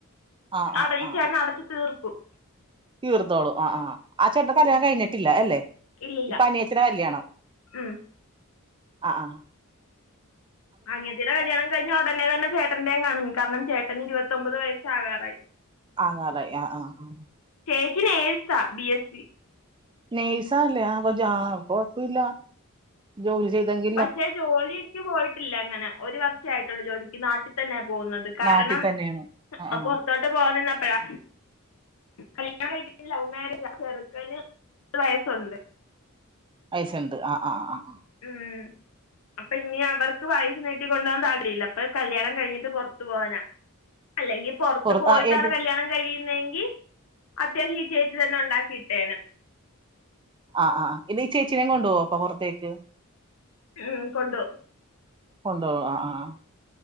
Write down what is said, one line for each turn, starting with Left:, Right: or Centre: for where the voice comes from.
Right: ആ ആ
Left: അട ഈ
Right: ആ
Left: ചേട്ടൻ അടച്ച് തീർക്കും
Right: തീർത്തോളും ആഹ് ആഹ് ആഹ് ചേട്ടൻ്റെ
Left: ഉം.
Right: കല്ല്യാണം കഴിഞ്ഞിട്ടില്ല അല്ലെ
Left: ഇല്ലില്ല
Right: ഇപ്പ അനിയത്തിട കല്യാണം
Left: ഉം.
Right: ആഹ് ആഹ്
Left: അനിയത്തിടെ കല്യാണം കഴിഞ്ഞ ഉടനെ തന്നെ ചേട്ടന്റെ കാണും കാരണം ചേട്ടൻ ഇരുപത്തൊമ്പത് വയസ് ആകാറായി
Right: ആങ്ങലായി ആഹ് ആഹ്
Left: ചേച്ചി നേഴ്സ ബീ എസ്സി
Right: നേയ്സാ ണല്ലെ അപ്പൊ ജാ കൊഴപ്പല്ല ജോലി ചെയ്തെങ്കി
Left: പഷെ ജോലിക്ക് പോയിട്ടില്ല ഇങ്ങനെ ഒര് വർഷെ ആയിട്ടൊള്ളു ജോലിക്ക് നാട്ടി തന്നെ പോവുന്നത് കാരണം
Right: നാട്ടിൽ തന്നെയാണ് ആ
Left: അ
Right: ആ
Left: പൊറ്ത്തോട്ട് പോവാ നിന്നപ്പഴാ കല്യാണം കഴിക്ക്ന്നെ ലൗ മാരേജ ചെറ്ക്കന് വയസ്സുണ്ട്
Right: വയസ്സ്ണ്ട് ആഹ് ആഹ് ആഹ് ആഹ്
Left: ഉം അപ്പൊ ഇഞി അവർക്ക് വയസ്സ് നീട്ടി കൊണ്ടോവ താൽപര്യല്ല അപ്പൊ കല്യാണം കഴിഞ്ഞിട്ട് പൊറ്ത്ത് പോവാനാ അല്ലെങ്കി പൊറ്ത്ത്
Right: പുറത്ത്
Left: പോയിട്ടാണ്
Right: ആ ഏത്
Left: കല്യാണം കഴി യുന്നെങ്കി അത്യാവശി ചേച്ചി തന്നെ ഉണ്ടാക്കി ഇട്ടേനെ
Right: ആഹ് ആഹ് ആഹ് ഇത് ഈ ചേച്ചിനെ കൊണ്ടോവൊ അപ്പൊ പൊറത്തേക്ക്
Left: ഉം കൊണ്ടൊവും
Right: കൊണ്ടോവും ആഹ് ആഹ് ആഹ്